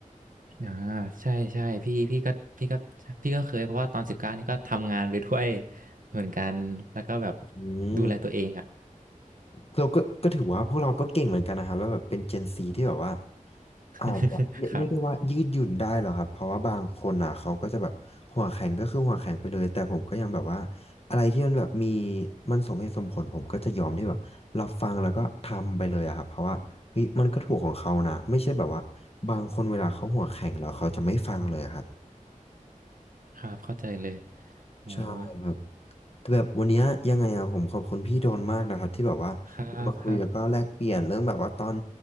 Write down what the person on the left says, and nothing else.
อืม
เราก็ก็ถือว่าพวกเราก็เก่งเหมือนกันนะครับแล้วแบบเป็นเจนซีที่แบบว่า
อาจจะเรียกเรียกได้ว่ายืดหยุ่นได้เหรอครับเพราะว่าบางคนอ่ะเขาก็จะแบบหัวแข็งก็คือหัวแข็งไปเลยแต่ผมก็ยังแบบว่า
อะไรที่มันแบบมีมันสมเหตุสมผลผมก็จะยอมที่แบบรับฟังแล้วก็ทำไปเลยอะครับเพราะว่าเฮ้ยมันก็ถูกของเขานะไม่ใช่แบบว่าบางคนเวลาเขาหัวแข็งแล้วเขาจะไม่ฟังเลยอะครับ
ใช่ครับ แต่แบบวันเนี้ยยังไงอะผมขอบคุณพี่โดนมากนะครับที่แบบว่าเรามาคุยแล้วก็แลกเปลี่ยนเรื่องแบบว่าตอน